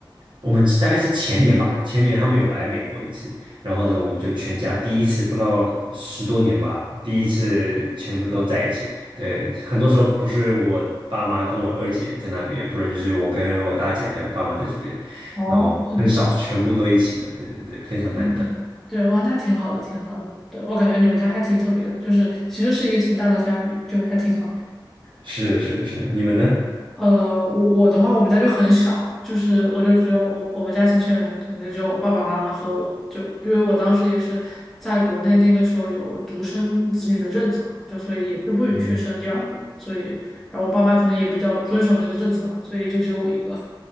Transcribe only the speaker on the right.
我们大概是前年吧，前年他们有来美国一次，然后呢，我们就全家第一次，不知道十多年吧，第一次全部都在一起。对，很多时候不是我爸妈跟我二姐在那边，不然就是我跟我大姐还有爸妈在这边，
然后很少全部都一起的。
对对对，非常难得。
是是是，你们呢？
嗯